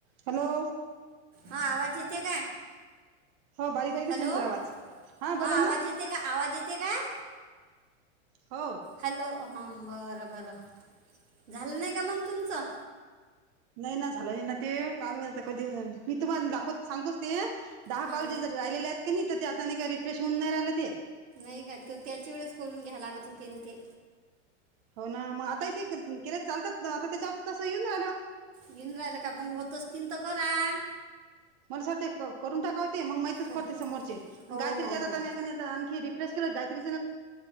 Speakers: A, on the right; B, on the right.
A: हॅलो.
B: हां आवाज येते का?
A: हो बारीक बारीकच
B: हॅलो
A: येऊन राहिला
B: हां
A: आवाज हा बोला ना
B: आवाज येते का, आवाज येते काय?
A: हो
B: हॅलो अ. ह म बरं! बरं झालं नाही का मग तुमचं?
A: नाही ना झालं नाही ना ते का मखइती आता कधी झा तुम्हाला दाखवत सांगतोस ते दहा
B: हां
A: कॉले जे जर राहिलेले आहेत की नई तर ते आता नाही का रिफ्रेश हून नाई राइला ते.
B: नाय का तू त्याच्या वेळेस करून घ्या लागत होते न ते.
A: हो ना. मग आता थे त केल्या चालतात आता अ त्याच्यावर तसं येऊन आल्यावर.
B: येऊन राहिलं का मग होत असतील तर करा
A: मला अस वाटे करून टाकावते मग माहितच
B: कर
A: पडते
B: हं.
A: समोरचे
B: हो
A: गयत्रीच्या
B: हो हो
A: आणखी रिप्रेस. गहि रिस